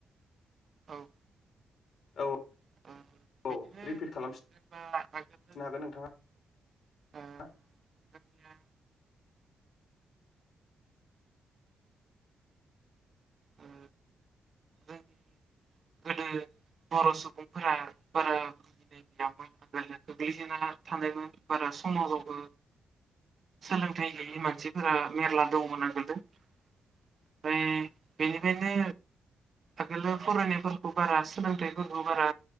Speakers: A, on the right; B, on the left.
A: औ।
B: औ।
A: ओ
B: औ
A: बिदिनो
B: रिपिट
A: जेनेबा
B: खालामननो
A: आगोलो
B: हागोन नोंथाङा
A: ओ
B: आ।
A: जोंनिया ओ जोंनि गोदो बर' सुबुंफोरा बारा भिनो गैयामोन आगोल गोग्लैसोना थानायमोन बारा समाजावबो सोलोंथाइ गैयि मानसिफोरा मेरला दंमोन आगोल ओमफ्राय बेनिफ्रायनो आगोलो फरायनाय फोरखौ बारा सोलोंथाइफोरखौ बारा